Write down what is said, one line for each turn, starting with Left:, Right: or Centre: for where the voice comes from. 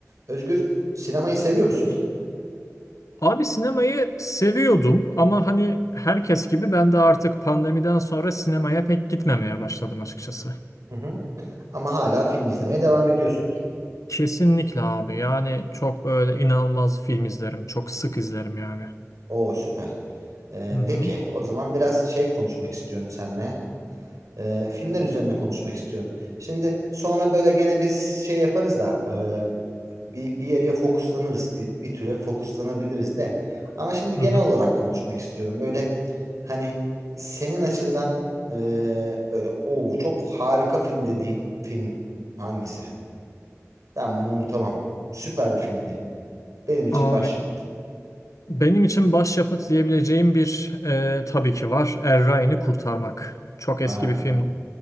Right: Özgür, sinemayı seviyor musun?
Left: Abi sinemayı seviyordum ama hani herkes gibi ben de artık pandemiden sonra sinemaya pek gitmemeye başladım açıkçası.
Right: Hı hı. Ama hala film izlemeye devam ediyorsundur.
Left: Kesinlikle abi yani çok böyle inanılmaz film izlerim. Çok sık izlerim yani.
Right: Oo süper. Ee,
Left: Hı hı.
Right: peki o zaman biraz şey konuşmak istiyorum seninle. Ee, filmler üzerine konuşmak istiyorum. Şimdi sonra böyle gene bir şey yaparız da e, bir, bir yere fokuslanırız. Bir, bir türe fokuslanabiliriz de. Ama şimdi genel
Left: Hı hı.
Right: olarak konuşmak istiyorum. Böyle hani senin açından e, böyle o çok harika film dediğin film hangisi? Ben bunu unutamam. Süper bir filmdi. Benim için
Left: Abi
Right: başyapıt.
Left: benim için başyapıt diyebileceğim bir e, tabii ki var. Er Ryan'ı Kurtarmak. Çok
Right: Ha.
Left: eski bir film.